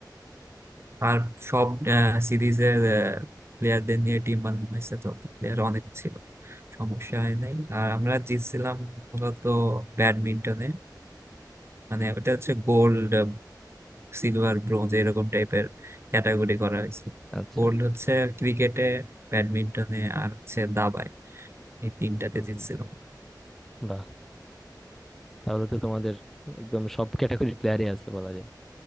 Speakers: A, on the right; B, in the centre.
A: আর সব সিরিজের প্লেয়ারদের নিয়ে টিম বানানো হয়েছে তো প্লেয়ার অনেক ছিল সমস্যা হয় নাই আর আমরা জিতছিলাম মূলত ব্যাডমিন্টনে মানে ওটা হচ্ছে গোল্ড সিলভার ব্রোঞ্জ এরকম টাইপের ক্যাটাগরি করা হয়েছিল
B: আচ্ছা
A: গোল্ড হচ্ছে ক্রিকেটে ব্যাডমিন্টনে আর হচ্ছে দাবায় এই তিনটাতে
B: হুম
A: জিতছিল
B: হুম বাহ তাহলে তো তোমাদের একদম সব ক্যাটাগরির প্লেয়ারই আছে বলা যায়